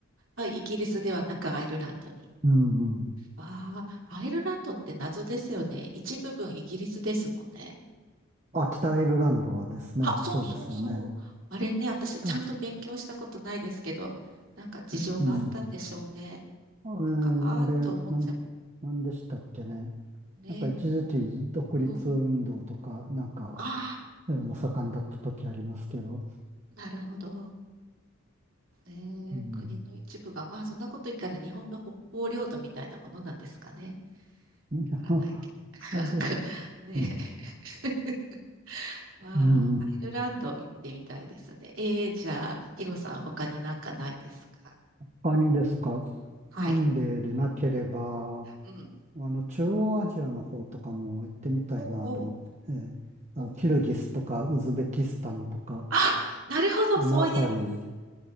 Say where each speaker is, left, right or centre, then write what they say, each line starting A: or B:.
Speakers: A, on the right (about 65°); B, on the right (about 35°).
A: あイギリスではなくアイルランドに。
B: うんうん。
A: ああ、アイルランドって謎ですよね。一部分イギリスですもんね。
B: あ、北アイルランドはですね、
A: あ、そうそうそう。
B: そうですよね。
A: あれね、私ちゃんと勉強したことないですけど、
B: だ、
A: なんか事情があったんでしょうね。
B: うん。あえーあれ、
A: なんか、ああ、と思って
B: なん、なんでしたっけね。
A: ね。
B: なんか一時期独立運動とか、
A: うん。
B: なんか、
A: あ
B: そういうのも盛んだった時ありますけど。
A: あ、なるほど。ねえ、
B: うん。
A: 国の一部が、まあそんなこと言ったら日本の北方領土みたいなものなんですかね。
B: <laughs> いや
A: わからないけど。<laughs>
B: アイル、
A: なんかね
B: うん。
A: え、<laughs> ま
B: うん。
A: あ、アイルランド行ってみたいですね。ええじゃあ、ヒロさん、他になんかないですか
B: 他にですか、
A: はい。
B: 南米でなければ、あ
A: うん。
B: の、中央アジアの方とかも行ってみたいなと思って、
A: ほうほ
B: ええあのキルギスとかウズベキスタンとか、
A: う。おーあ、なるほど、
B: あの辺り、
A: そういう、なる